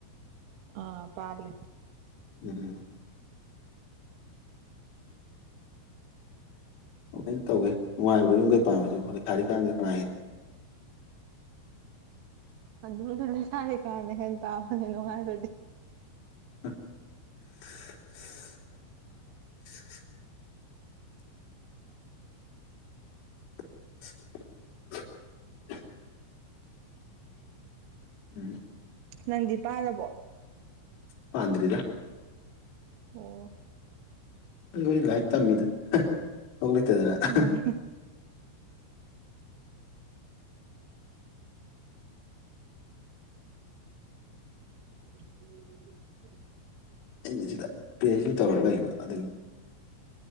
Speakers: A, on the right; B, on the left.
A: ꯑꯥ ꯄꯥꯜꯂꯦ
B: ꯎꯝ ꯀꯃꯥꯏ ꯇꯧꯒꯦ ꯅꯨꯡꯉꯥꯏꯕ꯭ꯔꯣ ꯌꯨꯝ ꯀꯩ ꯄꯥꯟꯕꯥꯁꯤꯕꯨ ꯂꯩꯁꯔꯤ ꯀꯥꯟꯒ ꯀꯅꯅꯥ ꯍ‌ꯦꯟꯒ‌ꯦ
A: ꯑꯗꯨꯗꯤ ꯂꯩꯁꯥꯔꯤꯀꯥꯟꯅ ꯍꯟꯇꯥꯕꯅꯦ ꯅꯨꯡꯉꯥꯏꯕꯗꯤ
B: <unintelligible> <unintelligible> ꯎꯝ
A: ꯅꯪꯗꯤ ꯄꯥꯜꯂꯕꯣ
B: ꯄꯥꯟꯗꯔꯤꯗ
A: ꯑꯣ
B: ꯑꯩꯈꯣꯏꯗꯤ ꯂꯥꯏꯔꯤꯛ ꯇꯝꯃꯤꯗ ꯊꯕꯛ ꯂꯩꯇꯗꯅ
A: ꯎꯝ <inaudible>
B: ꯑꯅꯥ ꯁꯤꯗ ꯄꯤ ꯍꯩꯁ ꯗꯤ ꯇꯧꯔ ꯂꯩꯕ ꯑꯗꯨꯒꯤ